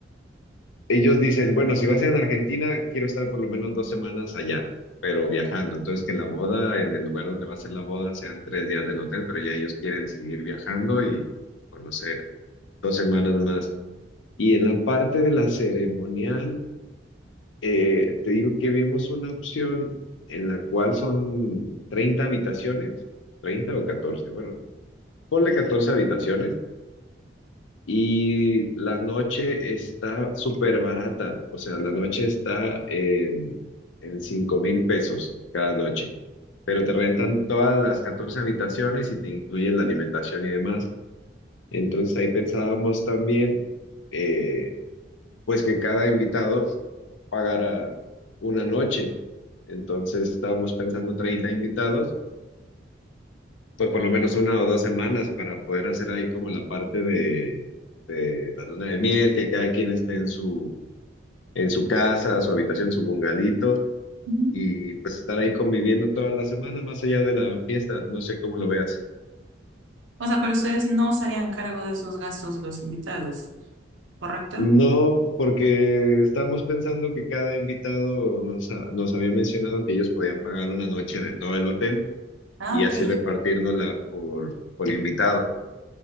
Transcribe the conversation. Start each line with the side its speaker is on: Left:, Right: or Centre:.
Left: ellos dicen, bueno, si va a ser en Argentina, quiero estar por lo menos dos semanas allá, pero viajando. Entonces, que la boda, en el lugar donde va a ser la boda, sean tres días del hotel, pero ya ellos quieren seguir viajando y conocer dos semanas más. Y en la parte de la ceremonial, eh, te digo que vimos una opción en la cual son 30 habitaciones, 30 o 14. bueno, ponle catorce habitaciones Y la noche está súper barata, o sea, la noche está en, en cinco mil pesos cada noche, pero te rentan todas las 14 habitaciones y te incluyen la alimentación y demás. Entonces ahí pensábamos también, eh, pues que cada invitado pagara una noche. Entonces estábamos pensando 30 invitados pues por lo menos una o dos semanas para poder hacer ahí como la parte de, de la luna de miel, que cada quien esté en su, en su casa, su habitación, su bungalito,
Right: Ujú.
Left: y pues estar ahí conviviendo toda la semana, más allá de la fiesta, no sé cómo lo veas.
Right: O sea, pero ustedes no se harían cargo de esos gastos de los invitados, ¿correcto?
Left: No, porque estábamos pensando que cada invitado nos, ha- nos había mencionado que ellos podían pagar una noche de todo el hotel
Right: Ah,
Left: y
Right: ok.
Left: así repartirnosla por, por invitado.